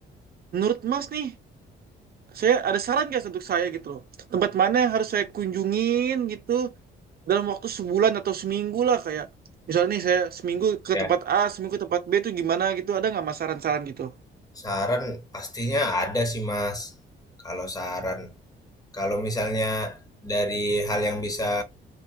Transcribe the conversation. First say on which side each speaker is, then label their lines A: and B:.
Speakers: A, on the right (about 50°); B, on the left (about 20°).
A: menurut Mas nih saya ada saran guys untuk saya gitu loh. Tempat mana yang harus saya kunjungin gitu dalam waktu sebulan atau seminggu lah kayak misalnya nih saya seminggu ke
B: Ya,
A: tempat A, seminggu ke tempat B itu gimana gitu. Ada nggak mas saran-saran gitu?
B: saran pastinya ada sih, Mas. Kalau saran Kalau misalnya dari hal yang bisa